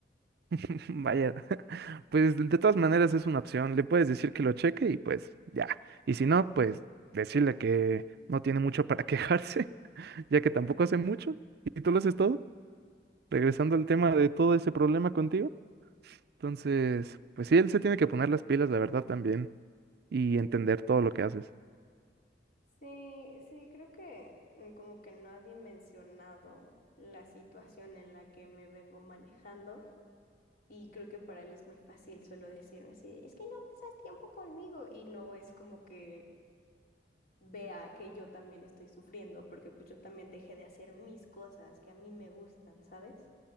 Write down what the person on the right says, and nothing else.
<laughs> Vaya, <laughs> pues de todas maneras es una opción. Le puedes decir que lo cheque y pues ya. Y si no, pues decirle que no tiene mucho para quejarse, <laughs> ya que tampoco hace mucho y tú lo haces todo. regresando al tema de todo ese problema contigo, entonces, pues sí, él se tiene que poner las pilas, la verdad, también, y entender todo lo que haces.